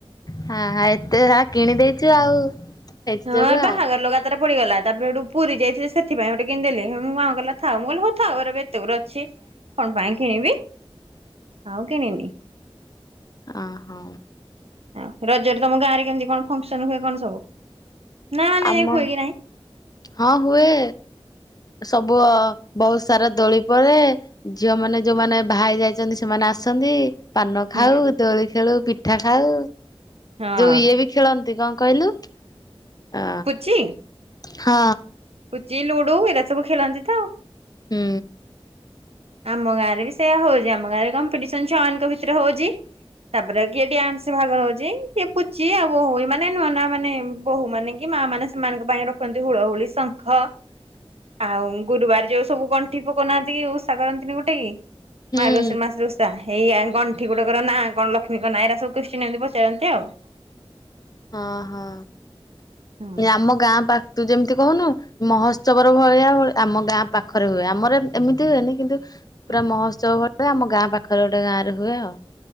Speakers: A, on the left (about 40°); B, on the right (about 85°).
A: ହଁ ହଁ ଏତେସାରା କିଣି ଦେଇଚୁ ଆଉ। ସେଇଥି
B: ହଁ
A: ଯୋଗୁ
B: ବାହାଘର
A: ଆଉ।
B: ଲଗା ପଡିଗଲା ତାପରେ ପୁରୀ ଯାଇଥିଲେ ସେଥିପାଇଁ ଗୋଟେ କିଣି ଦେଇଥିଲି ମାଁ କହିଲା ଥାଉ ମୁଁ କହିଲି ହଉ ଥାଉ ଏତେ ଗୁଡ଼ାକ ଅଛି। କଣ ପାଇଁ କିଣିବି ଆଉ କିଣିନି।
A: ଆ ହଁ
B: ଆଉ ରଜରେ ତମ ଗାଁ ରେ କେମିତି କଣ ଫଙ୍କସନ୍ ହୁଏ କଣ ସବୁ? ନା ମାନେ
A: ଆମ
B: ହୁଏ କି ନାହିଁ?
A: ହଁ ହୁଏ। ସବୁ ବହୁତ ସାରା ଦୋଳି ପରେ ଝିଅମାନେ ଯୋଉମାନେ ଭା ହେଇ ଯାଇଛନ୍ତି ସେମାନେ ଆସନ୍ତି। ପାନ
B: ହୁଁ
A: ଖାଉ ଦୋଳି ଖେଳୁ ପିଠା ଖାଉ
B: ହଁ
A: ଯୋଉ ଇଏ ବି ଖେଳନ୍ତି କଣ କହିଲୁ? ଆ
B: ପୁଚି।
A: ହଁ।
B: ପୁଚି ଲୁଡୁ ଏଇଟା ସବୁ ଖେଳନ୍ତି ତ ଆଉ।
A: ହୁଁ।
B: ଆମ ଗାଁରେ ବି ସେୟା ହଉଛି ଆମ ଗାଁରେ କମ୍ପିଟିସନ୍ ଛୁଆ ମାନଙ୍କ ଭିତରେ ହଉଚି। ତାପରେ କିଏ ଡ୍ୟାନ୍ସ ଭାଗ ନଉଚି କିଏ ପୁଚି ଆଉ ବୋହୂ ମାନେ ଏମାନେ ନା ମାନେ ବୋହୂ ମାନେ କି ମା ମାନେ ସେମାନଙ୍କ ପାଇଁ ରଖନ୍ତି ହୁଳ ହୁଳି ଶଙ୍ଖ। ଆଉ ଗୁରୁବାର ଯୋଉ ସବୁ ଗଣ୍ଠି ପକଉନାହାନ୍ତି କି ଉ ଓଷା କରନ୍ତିନି ଗୋଟେକି
A: ହୁଁ
B: ମାର୍ଗଶିର ମାସରେ ଉଷା ହେଇଆ ଗଣ୍ଠି ଗୋଟେ କର ନା କଣ ଲୋ ନା ଇରା ସବୁ କୋସଚ୍ଚିନ୍ ଏମିତି ସବୁ ପଚାରନ୍ତି ଆଉ
A: ହଁ ହଁ
B: ହଁ।
A: ଆମ ଗାଁ ପାଖ ତୁ ଯେମିତି କହୁନୁ ମହୋତ୍ସବର ଭଳିଆ ଭଳି ଆମ ଗାଁ ପାଖରେ ହୁଏ ଆମର ଏମିତି ହୁଏନି କିନ୍ତୁ ପୁରା
B: ହୁଁ।
A: ମହୋତ୍ସବ ଭଳିଆ ଆମ ଗାଁ ପାଖରେ ଗୋଟେ ଗାଁ ରେ ହୁଏ ଆଉ।